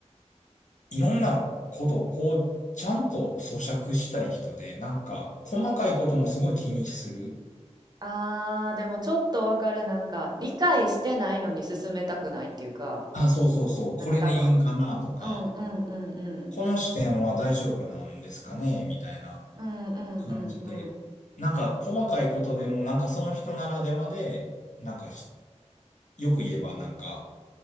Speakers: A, on the left; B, on the right.
A: いろんなことをこう、ちゃんと咀嚼したい人で、なんか、細かいこともすごい気にする。
B: あー、でもちょっとわかる。なんか、理解してないのに進めたくないっていうか、
A: あ、そうそうそう。
B: なんか多分、
A: これでいいんかなとか、
B: うん、うん、うん、うん。
A: この視点は大丈夫なんですかねみたいな。
B: うん、うん、
A: 感じで。
B: うん、うん。
A: なんか細かいことでも、なんかその人ならではで、なんかひよく言えばなんか